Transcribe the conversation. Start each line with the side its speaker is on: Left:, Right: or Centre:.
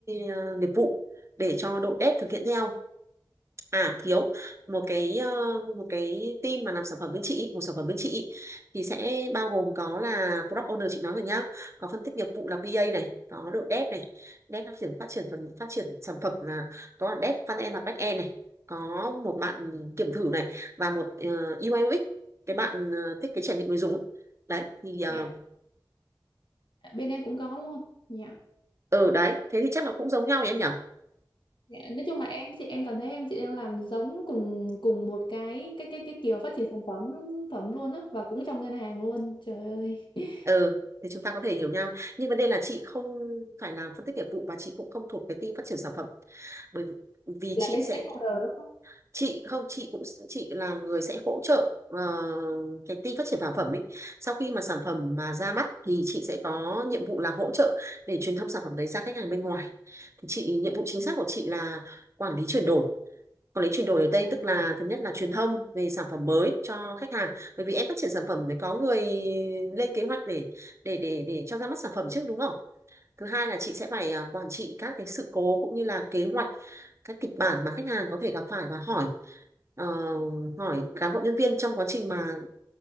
Right: ờ, nghiệp vụ để cho đội dev thực hiện theo À thiếu một cái ờ, một cái team mà làm sản phẩm bên chị ý, một sản phẩm bên chị ý, thì sẽ bao gồm có là product owner chị nói rồi nhá có phân tích nghiệp vụ là BA này có đội dev này dev phát triển phát triển phần phát triển sản phẩm là có là dev front end và back end này có một bạn kiểm thử này và một uh, UI UX cái bạn ờ, thiết kế trải nghiệm người dùng ấy. đấy thì ờ
Left: Dạ, bên em cũng có luôn. Dạ.
Right: ừ, đấy thế thì chắc là cũng giống nhau nhỉ em nhỉ
Left: Dạ, nói chung là em chị em cảm thấy em chị đang làm giống cùng cùng một cái cái cái cái kiểu phát triển sản phẩm phẩm luôn á và cũng trong ngân hàng luôn trời ơi <laughs>
Right: ừ thì chúng ta có thể hiểu nhau nhưng vấn đề là chị không phải làm phân tích nghiệp vụ và chị cũng không thuộc cái team phát triển sản phẩm bởi vì
Left: là
Right: chị
Left: bên stakeholder
Right: sẽ
Left: đúng không?
Right: chị không chị cũng chị là người sẽ hỗ trợ ờ, cái team phát triển sản phẩm ấy sau khi mà sản phẩm mà ra mắt thì chị sẽ có nhiệm vụ là hỗ trợ để truyền thông sản phẩm đấy ra khách hàng bên ngoài thì chị nhiệm vụ chính
Left: Ừ.
Right: xác của chị là quản lý chuyển đổi còn lấy chuyển đổi ở đây
Left: Ờ.
Right: tức là thứ nhất là truyền thông về sản phẩm mới cho khách hàng bởi vì em phát triển sản phẩm phải có người lên kế hoạch để để để để cho ra mắt sản phẩm trước đúng không thứ hai là chị sẽ phải à, quản trị các cái sự cố cũng như là kế hoạch các kịch bản mà khách hàng có thể gặp phải và hỏi ờ, hỏi cán bộ nhân viên trong quá trình mà